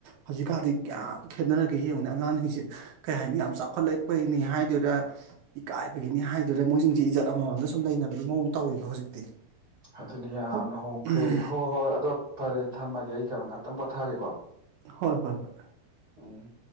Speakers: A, on the right; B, on the right.
A: ꯍꯧꯖꯤꯛꯀꯥꯟꯗꯤ ꯀꯌꯥꯝ
B: ꯎꯝ
A: ꯈꯦꯠꯅꯔꯒꯦ ꯌꯦꯡꯉꯨꯅꯦ ꯑꯉꯥꯡꯖꯤꯡꯁꯦ ꯀꯩ ꯍꯥꯏꯅꯤ ꯌꯥꯝ ꯆꯥꯎꯈꯠꯂꯛꯄꯩꯅꯤ ꯍꯥꯏꯗꯣꯏꯔꯥ ꯏꯀꯥꯏꯕꯒꯤꯅꯤ ꯍꯥꯏꯗꯣꯏꯔ‌ ꯃꯣꯏꯖꯤꯡꯖꯤ ꯏꯖꯠ ꯑꯃꯃꯝꯗ ꯁꯨꯝ ꯂꯩꯅꯕꯒꯤ ꯃꯑꯣꯡ ꯇꯧꯋꯦꯕ ꯍꯧꯖꯤꯛꯇꯤ
B: ꯑꯗꯨꯅꯦ ꯌꯥꯝꯅ
A: ꯍꯣ
B: ꯍꯣꯡꯈ꯭ꯔꯦ
A: ꯎꯝ
B: ꯍꯣ ꯍꯣꯏ ꯑꯗꯣ ꯐꯔꯦ ꯊꯝꯃꯒꯦ ꯑꯩ ꯀꯩꯅꯣꯝ ꯉꯥꯏꯍꯥꯛꯇꯪ ꯄꯣꯊꯥꯒꯦꯀꯣ
A: ꯍꯣꯏ ꯍꯣꯏ ꯍꯣꯏ
B: ꯎꯝ